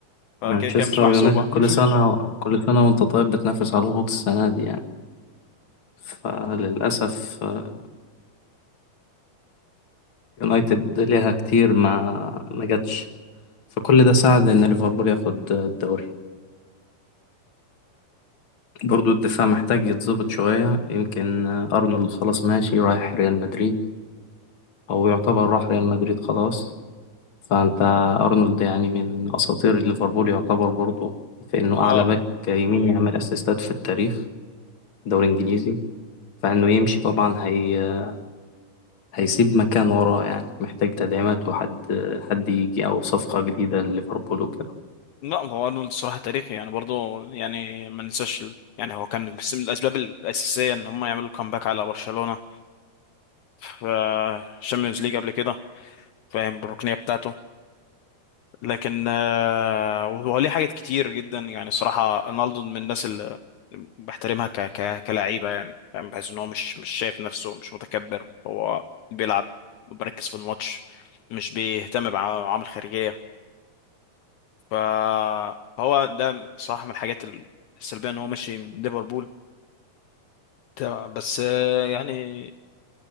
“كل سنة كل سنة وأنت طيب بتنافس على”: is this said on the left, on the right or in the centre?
Left